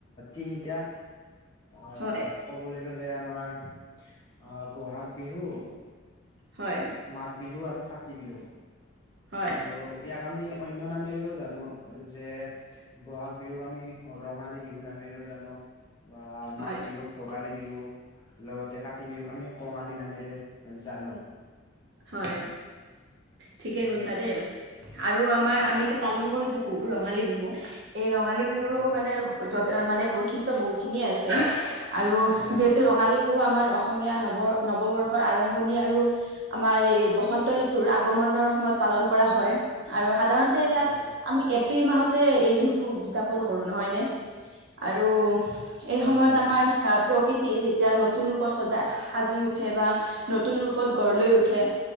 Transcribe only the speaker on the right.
হয়,
হয়,
হয়,
হয়।
হয় ঠিকে
কৈছা দে আৰু আ আমাৰ আমি যে পালন কৰি থাকো ৰঙালী বিহু এই ৰঙালী বিহুৰো
মানে- ওচৰত মানে বৈশিষ্ট বহুখিনিয়ে আছে আৰু
যিহেতু
ৰঙালী বিহু আমাৰ অসম অসমীয়া নৱ নৱবৰ্ষৰ আৰম্ভণি আৰু আমাৰ এই বসন্ত ঋতুৰ, আগমনৰ সময়ত পালন কৰা হয় আৰু সাধাৰণতে ইয়াক
আমি এ এপ্ৰিল মাহতে এই বিহুটো উদযাপন কৰোঁ নহয়নে আৰু এই
সময়ত
আমাৰ প্ৰকৃতি, যেতিয়া নতুন ৰূপত সজা সাজি উঠে বা নতুন ৰূপত গঢ় লৈ উঠে- খে